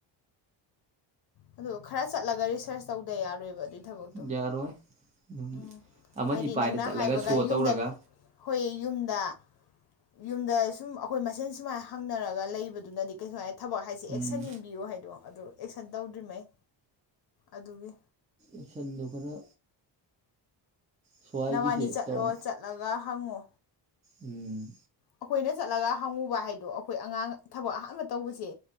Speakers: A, on the left; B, on the right.
A: ꯑꯗꯨ ꯈꯔ ꯆꯠꯂꯒ ꯔꯤꯁꯔꯁ ꯇꯧꯗ ꯌꯥꯔꯣꯏꯕ ꯑꯗꯨꯏ ꯊꯕꯛꯇꯣ
B: ꯌꯥꯔꯣꯏ ꯅꯨꯡꯗꯤ
A: ꯎꯝ
B: ꯑꯃꯅꯤ
A: ꯍꯥꯏꯗꯤ
B: ꯄꯥꯏꯔ
A: ꯅꯪꯅ
B: ꯆꯠꯂꯒ
A: ꯍꯥꯏꯕꯒ
B: ꯁꯣ
A: ꯌꯨꯝꯗ
B: ꯇꯧꯔꯒ
A: ꯍꯣꯏ ꯌꯨꯝꯗ ꯌꯨꯝꯗ ꯁꯨꯝ ꯑꯩꯈꯣꯏ ꯃꯁꯦꯟ ꯁꯨꯃꯥꯏꯅ ꯍꯪꯅꯔꯒ ꯂꯩꯕꯗꯨꯅꯗꯤ ꯀꯩꯁꯨ ꯍꯥꯏ ꯊꯕꯛ ꯍꯥꯏꯁꯦ
B: ꯎꯝ
A: ꯑꯦꯛꯁꯟ ꯌꯦꯡꯕꯤꯌꯣ ꯍꯥꯏꯗꯣ ꯑꯗꯨ ꯑꯦꯛꯁꯟ ꯇꯧꯗ꯭ꯔꯤꯃꯩ ꯑꯗꯨꯒꯤ
B: ꯑꯛꯁꯟꯗꯨ ꯈꯔ ꯁ꯭ꯋꯥꯏꯒꯤꯁꯦ
A: ꯅꯋꯥꯅꯤ ꯆꯠꯂꯣ
B: ꯇꯧꯔ
A: ꯆꯠꯂꯒ ꯍꯪꯉꯨ
B: ꯎꯝ
A: ꯑꯩꯈꯣꯏꯅ ꯆꯠꯂꯒ ꯍꯪꯉꯨꯕ ꯍꯥꯏꯗꯣ ꯑꯩꯈꯣꯏ ꯑꯉꯥꯡ ꯊꯕꯛ ꯑꯍꯥꯟꯕ ꯇꯧꯕꯁꯦ